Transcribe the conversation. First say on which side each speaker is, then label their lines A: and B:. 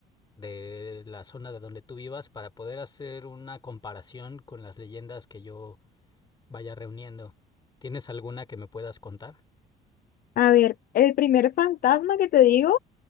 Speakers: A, on the left (about 25°); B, on the left (about 55°).
A: de la zona de donde tú vivas, para poder hacer una comparación con las leyendas que yo vaya reuniendo. ¿Tienes alguna que me puedas contar?
B: A ver, el primer fantasma que te digo